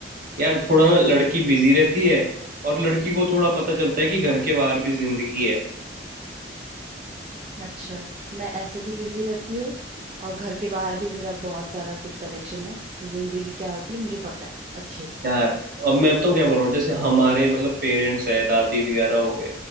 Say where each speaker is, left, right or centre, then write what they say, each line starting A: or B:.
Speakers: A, on the right (about 50°); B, on the right (about 35°).
A: यार थोड़ा ना लड़की बिजी रहती है और लड़की को थोड़ा पता चलता है कि घर के बाहर भी जिंदगी है
B: अच्छा मैं ऐसे भी बिजी रहती हूँ और घर के बाहर भी मेरा बहुत सारा कुछ कनेक्शन है जिंदगी क्या होती है मुझे पता है अच्छे से
A: यार अब मैं तो क्या बोल रहा हूँ जैसे हमारे मतलब पेरेंट्स है दादी वगैरह हो गए